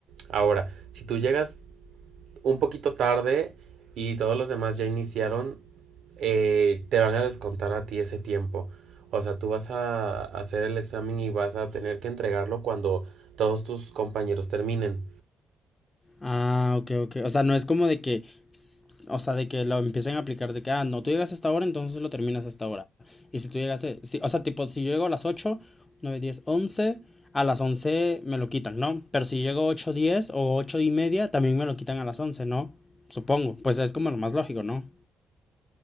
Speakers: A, on the right; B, on the left.
A: Ahora, si tú llegas un poquito tarde y todos los demás ya iniciaron, eh, te van a descontar a ti ese tiempo. O sea, tú vas a hacer el examen y vas a tener que entregarlo cuando todos tus compañeros terminen.
B: Ah, ok, ok. O sea, no es como de que, o sea, de que lo empiecen a aplicar de que, ah, no, tú llegas a esta hora, entonces lo terminas a esta hora. Y si tú llegaste, sí, o sea, tipo, si yo llego a las 8, 9, 10, 11, a las 11 me lo quitan, ¿no? Pero si llego 8, 10 o 8 y media, también me lo quitan a las 11, ¿no? Supongo. Pues es como lo más lógico, ¿no?